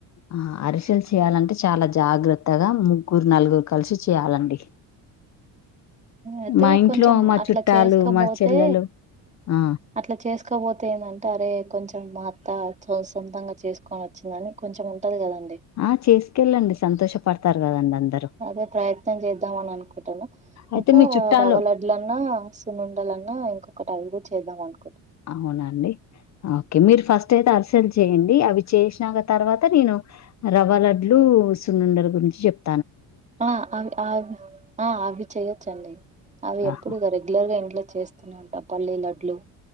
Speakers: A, on the left; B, on the right.
A: ఆ అరిసెలు చేయాలంటే చాలా జాగ్రత్తగా ముగ్గురు నలుగురు కలిసి చేయాలండి
B: అయితే
A: మా ఇంట్లో
B: కొంచెం
A: మా
B: అట్లా
A: చుట్టాలు,
B: చేసుకపోతే
A: మా చెల్లెలు ఆ!
B: అట్లా చేసుక్ కపోతే ఏందంటే అరే కొంచెం మా అత్త అట్లా సొంతంగా చేసుకొని వచ్చిందని కొంచెం ఉంటది కదండి
A: ఆ చేసుకెళ్ళండి సంతోషపడతారు కదండి అందరు
B: అదే ప్రయత్నం చేద్దాం అని అనుకుంటున్నా
A: అయితే
B: ఇంకా
A: మీ చుట్టాలు
B: రవ్వ లడ్లన్నా సునుండలన్నా ఇంక ఒకటి అవి కూడా చేద్దాంమన్
A: అవునా అండి ఓకే మీరు ఫస్ట్ అయితే అర్షే లు చేయండి అవి చేసినాక తర్వాత నేను రవాలడ్లు సున్నండల గురించి చెప్
B: ఆ అవి ఆవ్ ఆ అవి చెయొచ్చండి అవి ఎప్పుడు
A: ఆహా
B: ఇగ రెగ్యులర్ గా ఇంట్లో చేస్ ఉంటా పల్లీ లడ్లు